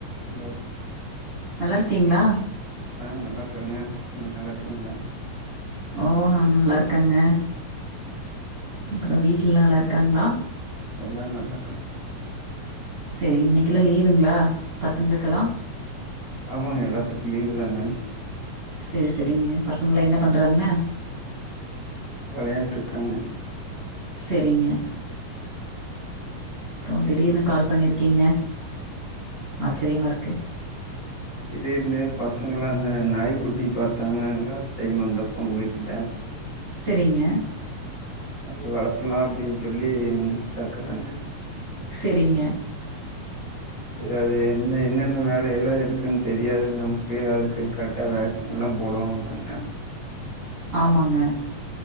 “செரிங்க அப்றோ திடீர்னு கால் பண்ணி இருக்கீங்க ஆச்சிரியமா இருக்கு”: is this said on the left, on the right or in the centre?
Right